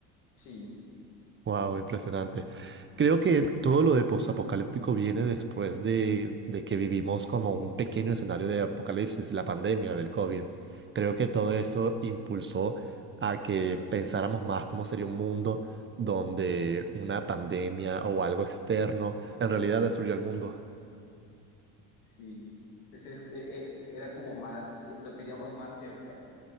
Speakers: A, on the left; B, on the right.
A: Sí,
B: Wow, impresionante. Creo que todo lo de postapocalíptico viene después de, de que vivimos como un pequeño escenario de apocalipsis, la pandemia del COVID. Creo que todo eso impulsó a que pensáramos más cómo sería un mundo donde una pandemia o algo externo en realidad destruyó el mundo.
A: sí. Pues es que, eh, era como más, lo teníamos más cerca.